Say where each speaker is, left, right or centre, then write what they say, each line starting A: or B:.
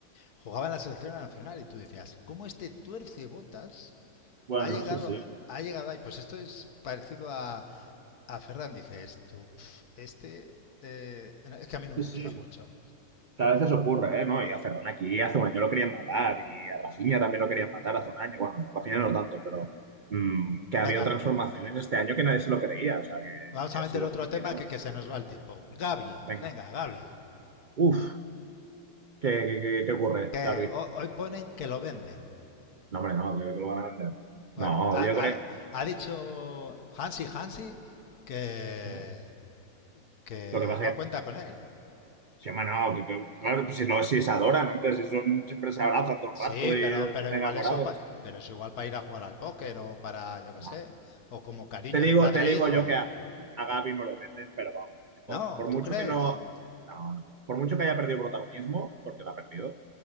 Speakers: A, on the left; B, on the right.
A: jugaba en la selección nacional y tú decías, ¿cómo este tuerce botas
B: bueno,
A: ha llegado,
B: sí, sí.
A: ha llegado ahí. Pues esto es parecido a, a Ferran. Dices tú, "Pf, este eh, no, es que a mí no
B: Sí,
A: me gusta
B: sí.
A: mucho.
B: tal vez veces ocurre, ¿eh? ¿No? Y a Ferran aquí hace un año lo querían matar y a Rafinha también lo querían matar hace un año. Bueno, Rafinha no tanto, pero mm, que ha
A: Venga,
B: habido transformaciones este año que nadie se lo creía. O sea, que,
A: vamos
B: que
A: a
B: ha
A: meter
B: sido
A: otro
B: como un
A: tema
B: milagro.
A: que, que se nos va el tiempo. Gaby,
B: Venga.
A: venga, Gaby.
B: Uf, ¿qué, qué, qué- qué ocurre,
A: Que
B: Gaby?
A: ho- hoy ponen que lo venden.
B: No, hombre, no, que, que lo van a vender.
A: Bueno,
B: No,
A: ha,
B: yo creo...
A: ha- ha dicho Hansi Hansi que,
B: Lo
A: que
B: que pasa
A: no
B: es
A: cuenta
B: que...
A: con él.
B: Sí, hombre, no, que, que- claro, pues si, no, si se adoran, hombre, si son, siempre se abrazan todo el
A: Sí,
B: rato y
A: pero,
B: están
A: pero igual
B: enamorados.
A: eso, pa- pero es igual para ir a jugar al póker o para, yo qué sé,
B: No,
A: o como cariño
B: Te digo,
A: de padre
B: te digo
A: e hijo.
B: yo que a, a Gavi no lo venden, pero vamos, ni de coña.
A: No,
B: Por
A: ¿tú
B: mucho
A: crees?
B: que no, no, no. Por mucho que haya perdido protagonismo, porque lo ha perdido,